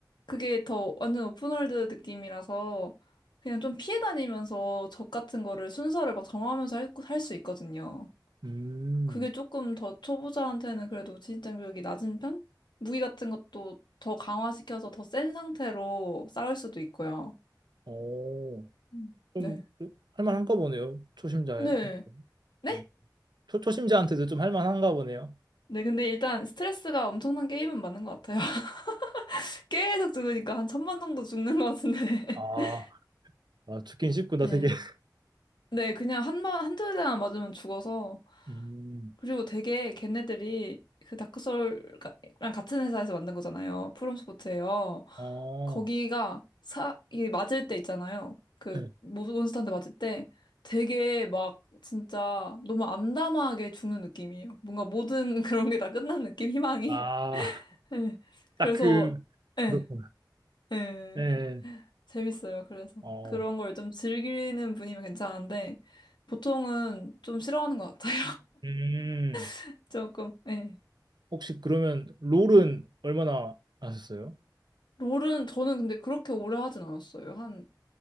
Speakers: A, on the left (about 75°); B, on the right (about 70°).
A: 그게 더 완전 오픈월드 느낌이라서 그냥 좀 피해 다니면서 적 같은 거를 순서를 막 정하면서 할, 할수 있거든요.
B: 음,
A: 그게 조금 더 초보자한테는 그래도 진입장벽이 낮은 편? 무기 같은 것도 더 강화시켜서 더 센 상태로 싸울 수도 있고요.
B: 어,
A: 음.
B: 좀
A: 네.
B: 할만한가 보네요. 초심자에.
A: 네. 네?
B: 음, 초, 초심자한테도 좀 할만한가 보네요.
A: 네, 근데 일단 스트레스가 엄청난 게임은 맞는 것 같아요. <laughs> 계속 죽으니까 한 천번 정도 죽는 것 같은데. <laughs>
B: 아, 아, 죽긴 쉽구나,
A: 네.
B: 되게. <laughs>
A: 네, 그냥 한 번, 한두 대만 맞으면 죽어서.
B: 음,
A: 그리고 되게 걔네들이 그 다크소울랑 같은 회사에서 만든 거잖아요. 프롬소프트예요.
B: 어,
A: 거기가 사, 이게 맞을 때 있잖아요. 그
B: 예.
A: 몬스터한테 맞을 때 되게 막 진짜 너무 암담하게 죽는 느낌이에요. 뭔가 모든 <laughs> 그런 게 다 끝난 느낌, 희망이.
B: 아,
A: <laughs> 네.
B: 딱
A: 그래서
B: 그,
A: 예.
B: 그렇구나.
A: 예,
B: 예,
A: 재밌어요. 그래서
B: 어,
A: 그런 걸 좀 즐기는 분이면 괜찮은데 보통은 좀 싫어하는 것 같아요.
B: 음,
A: <laughs> 조금. 예.
B: 혹시 그러면 롤은 얼마나 하셨어요?
A: 롤은 저는 근데 그렇게 오래 하진 않았어요. 한